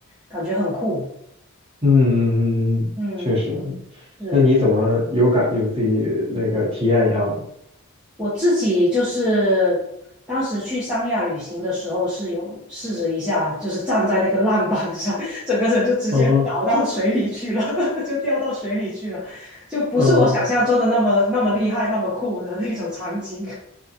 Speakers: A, in the centre; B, on the right.
A: 感觉很酷，
B: 嗯嗯嗯，嗯，
A: 嗯，
B: 确实，
A: 是。
B: 那你怎么有感有自己那个体验一下吗？
A: 我自己就是当时去三亚旅行的时候，是有试着一下，就是站在那个浪板上，<laughs> 整个人就直接倒到水里去了，
B: 嗯哼，
A: <laughs> 就掉到水里去了，就不是我想象中的那么那么厉害、
B: 嗯哼，
A: 那么酷的那种场景。